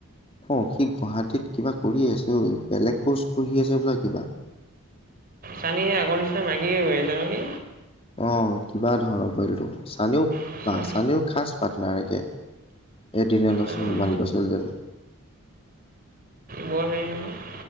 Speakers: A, on the left; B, on the right.
A: অঁ সি গুৱাহাটীত কিবা কৰি আছে অ বেলেগ কোৰ্চ পঢ়ি আছে হ'বলা কিবা।
B: চানি সি আগৰ নিচিনা মাহিৰ হৈ আছে ন সি?
A: অঁ কিবা ধৰনৰ পোৱালিটো চানিও
B: সঁচা
A: বা চানিও খাছ পাৰ্টনাৰ একে এদিলোচন
B: জানো
A: মালিকৰ ছোৱালীজনী
B: বৰ হেৰি নহয়